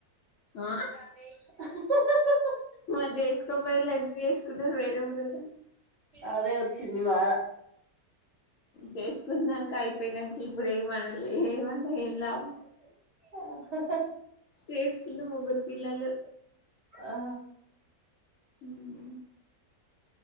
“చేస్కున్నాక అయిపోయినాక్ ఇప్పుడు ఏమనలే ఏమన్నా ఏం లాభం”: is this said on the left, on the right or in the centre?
Left